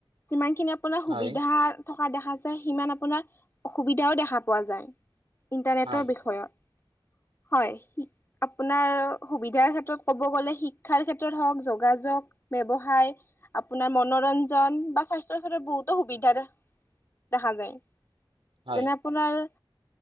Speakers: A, on the left (about 25°); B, on the right (about 75°).
A: যিমান খিনি আপোনাৰ সুবিধা
B: হয়
A: থকা দেখাছে সিমান আপোনাৰ অসুবিধাও দেখা পোৱা যায়। ইণ্টাৰনেটৰ
B: হয়
A: বিষয়ত হয়। আপোনাৰ সুবিধাৰ ক্ষেত্ৰত ক'ব গ'লে শিক্ষাৰ ক্ষেত্ৰত হওঁক, যোগা-যোগ ব্যৱসায়, আপোনাৰ মনোৰঞ্জন বা স্বাস্থ্যৰ ক্ষেত্ৰত বহুতো সুবিধা দেখা যায়,
B: হয়
A: যেনে আপোনাৰ